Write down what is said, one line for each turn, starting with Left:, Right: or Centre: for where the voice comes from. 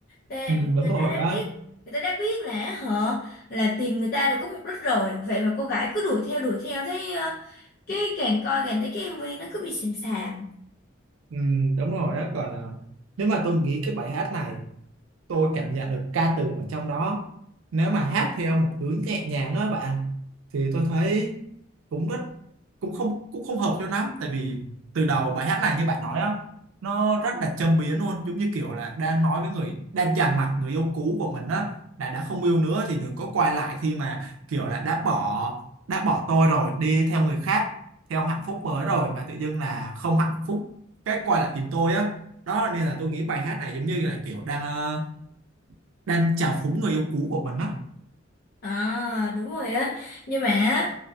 Left: Là
Right: ừ,
Left: người
Right: đúng rồi
Left: ta đã
Right: á
Left: biết người ta đã biết là họ là tìm người ta là có mục đích rồi vậy mà cô gái cứ đuổi theo đuổi theo thấy ờ, cái càng coi càng thấy cái MV nó cứ bị xàm xàm
Right: ừ, đúng rồi á còn à, nếu mà tôi nghĩ cái bài hát này tôi cảm nhận được ca từ ở trong đó nếu mà hát theo một hướng nhẹ nhàng á bạn thì tôi thấy cũng rất cũng không cũng không hợp cho lắm tại vì từ đầu bài hát này như bạn nói á nó rất là châm biếm luôn giống như kiểu là đang nói với người đang dằn mặt người yêu cũ của mình á là đã không yêu nữa thì đừng có quay lại khi mà kiểu là đã bỏ đã bỏ tôi rồi đi theo người khác theo hạnh phúc mới rồi mà tự dưng là không hạnh phúc cái quay lại tìm tôi á đó nên là tôi nghĩ bài hát này giống như là kiểu đang ờ, đang chà phúng người yêu cũ của mình á
Left: À đúng rồi á Nhưng mà á,